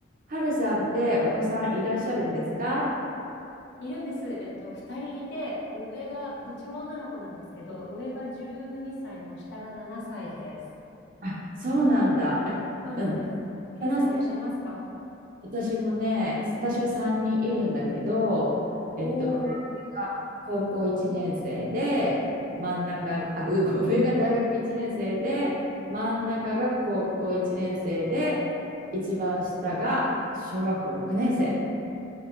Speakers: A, on the right; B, on the left.
A: はるさんってお子さんいらっしゃるんですか
B: いるんです。えっと、二人いて、上が、どっちも女の子なんですけど、上が12歳の下が7歳です。
A: あ、そうなんだ。あうん。
B: そうなんです。ケイさんいらっしゃいますか
A: はなさん、私もね、私は3人いるんだけど、えっと、
B: おおー、
A: 上が高校1年生で、真ん中、あ、うご上が大学1年生で、真ん中が高校1年生で、一番下が小学校6年生。